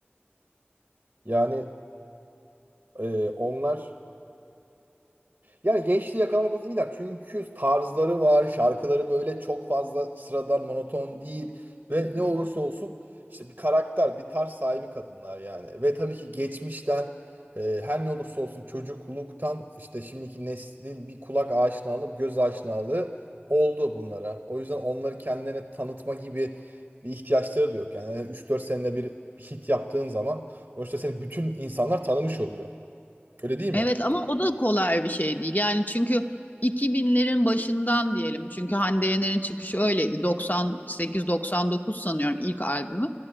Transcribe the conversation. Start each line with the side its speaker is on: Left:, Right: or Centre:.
Right: yani e, onlar Yani gençliği yakalamak konusunda iyiler. Çünkü tarzları var, şarkıları böyle çok fazla sıradan, monoton değil. Ve ne olursa olsun işte bir karakter, bir tarz sahibi kadınlar yani. Ve tabii ki geçmişten, e, her ne olursa olsun çocukluktan işte şimdiki neslin bir kulak aşinalığı, göz aşinalığı oldu bunlara. O yüzden onları kendilerine tanıtma gibi bir ihtiyaçları da yok. Yani üç dört senede bir bir hit yaptığın zaman sonuçta seni bütün insanlar tanımış oluyor. Öyle değil mi?
Left: Evet ama o da kolay bir şey değil. Yani çünkü 2000'lerin başından diyelim. Çünkü Hande Yener'in çıkışı öyleydi. 98-99 sanıyorum ilk albümü.